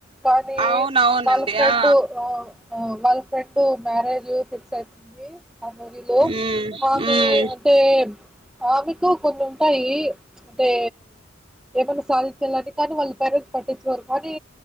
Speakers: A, in the centre; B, on the right.
A: కానీ
B: అవునవునండి
A: వాళ్ళ ఫ్రెండు
B: ఆ
A: ఆ. ఆ వాళ్ళ ఫ్రెండు మ్యారేజు ఫిక్స్ అయితుంది. ఆ మూవీలో
B: ఉమ్
A: ఆమె
B: ఉమ్
A: అంటే. ఆమికు కొంచం. టాయి అంటే ఏమైన్నా సాధించాలని, కానీ వాళ్ళ పేరెంట్స్ పట్టించ్చుకోరు, కానీ